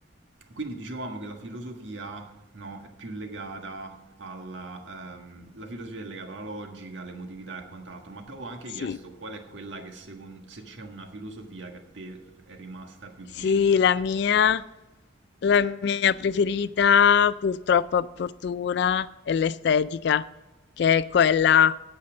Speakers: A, on the right; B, on the left.
A: quindi dicevamo che la filosofia, no, è più legata alla... ehm, la filosofia è legata alla logica, all'emotività e quant'altro, ma ti avevo anche
B: Sì.
A: chiesto qual è quella che secondo... se c'è una filosofia che a te è rimasta più
B: Sì,
A: vicina
B: la
A: al
B: mia,
A: cuore.
B: la mia preferita, purtroppo a fortuna, è l'estetica, che è quella